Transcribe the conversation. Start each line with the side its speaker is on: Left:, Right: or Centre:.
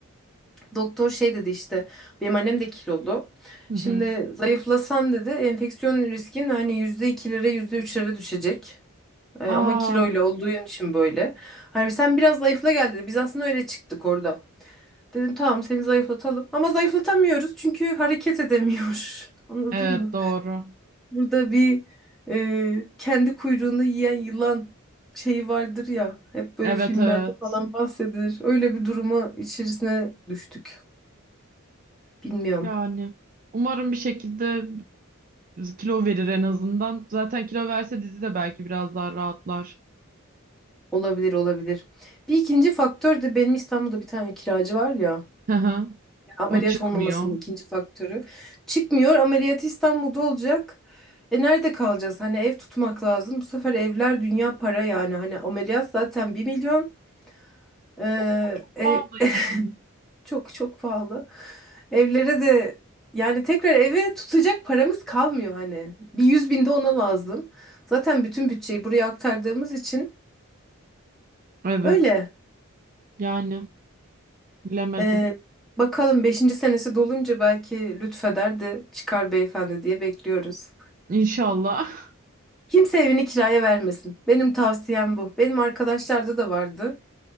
Centre: Doktor şey dedi işte benim annem de kilolu.
Right: Hı hı.
Centre: Şimdi zayıflasan dedi enfeksiyon riskin hani %2'lere %3'lere düşecek. Ee,
Right: Aa,
Centre: ama kiloyla olduğu için böyle. Hani sen biraz zayıfla gel dedi. Biz aslında öyle çıktık orada. Dedim tamam seni zayıflatalım. Ama zayıflatamıyoruz çünkü hareket edemiyor. <laughs> Anladın
Right: evet
Centre: mı?
Right: doğru.
Centre: Burada bir e, kendi kuyruğunu yiyen yılan şeyi vardır ya. Hep böyle
Right: Evet
Centre: filmlerde
Right: evet.
Centre: falan bahsedilir. Öyle bir duruma içerisine düştük. Bilmiyorum.
Right: Yani umarım bir şekilde kilo verir en azından. Zaten kilo verse dizi de belki biraz daha rahatlar.
Centre: Olabilir olabilir. Bir ikinci faktör de benim İstanbul'da bir tane kiracı var ya
Right: Hı hı.
Centre: ameliyat
Right: O çıkmıyor.
Centre: olmamasının ikinci faktörü. Çıkmıyor ameliyatı İstanbul'da olacak. E nerede kalacağız? Hani ev tutmak lazım. Bu sefer evler dünya para yani. Hani ameliyat zaten bir milyon. Ee,
Right: O
Centre: ev,
Right: pahalıyım
Centre: <laughs>
Right: var.
Centre: çok çok pahalı. Evlere de yani tekrar eve tutacak paramız kalmıyor hani. Bir yüz bin de ona lazım. Zaten bütün bütçeyi buraya aktardığımız için
Right: Evet.
Centre: öyle.
Right: Yani bilemedim.
Centre: Ee, bakalım beşinci senesi dolunca belki lütfeder de çıkar beyefendi diye bekliyoruz.
Right: İnşallah. <laughs>
Centre: Kimse evini kiraya vermesin. Benim tavsiyem bu. Benim arkadaşlarda da vardı.